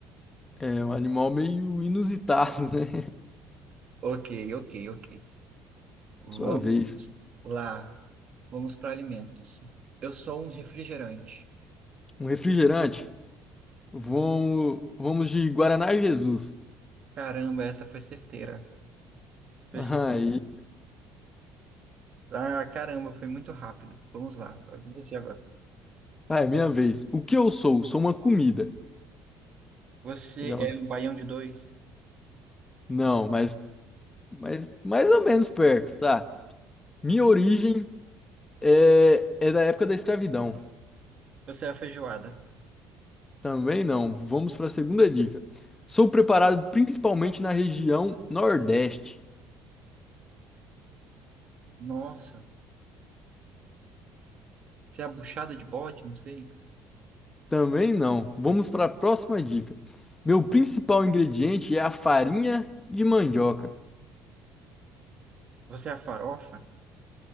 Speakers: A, on the left (about 15°); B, on the right (about 40°).
A: É um animal meio inusitado, né?
B: Ok, ok, ok. Vamos
A: <laughs> Sua vez.
B: lá. Vamos para alimentos. Eu sou um refrigerante.
A: Um refrigerante. Vamos, vamos de Guaraná Jesus.
B: Caramba, essa foi certeira. Você...
A: Aí,
B: Ah, caramba, foi muito rápido. Vamos lá, é com você agora.
A: vai, minha vez. O que eu sou? Sou uma comida.
B: Você
A: Dá
B: é
A: um-
B: um baião de dois?
A: Não, mas, mas mais ou menos perto, tá? Minha origem é, é da época da escravidão.
B: Você é a feijoada?
A: Também não. Vamos para a segunda dica. Sou preparado principalmente na região Nordeste.
B: Nossa. Você é a buchada de bode? Não sei.
A: Também não. Vamos para a próxima dica. Meu principal ingrediente é a farinha de mandioca.
B: Você é a farofa?